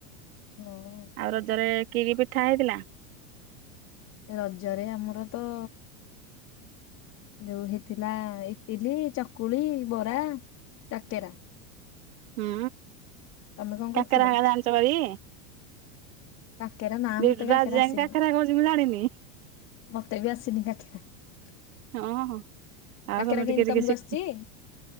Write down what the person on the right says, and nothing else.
ଆଉ ରଜରେ କିଏ କିଏ ପିଠା ହେଇଥିଲା।
ହୁଁ
କେକେରା ରାନ୍ଧି ଜାଣିଛ କର
ବିଟୁ
ତ
ଆଜି ଯାଏଁ
କାକରା କହୁଛି ମୁଁ ଜାଣିନି
ହଁ। ଆଉ ତମେ ଟିକେ
ଟିକେ
ଶିଖ